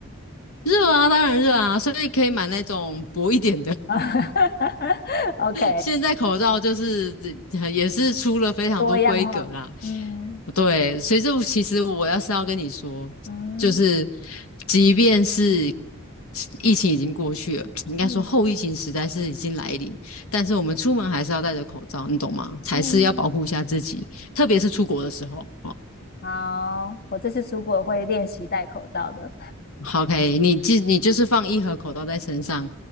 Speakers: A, on the left; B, on the left.
A: 热啊，当然热啊，所以可以买那种薄一点的，
B: <laughs>？OK，
A: 现在口罩就是这呃也是出了非常多规格啦。
B: 很多样化。嗯
A: 对，所以这其实我要是要跟你说，
B: 嗯
A: 就是即便是疫情已经过去了，应该说后疫情时代是已经来临，
B: 嗯
A: 但是我们出门还是要戴着口罩，你懂吗？才是要保护一下自己，
B: 嗯，
A: 特别是出国的时候。哦
B: 好，我这次出国会练习戴口罩的。
A: 好，OK，你记你就是放一盒口罩在身上，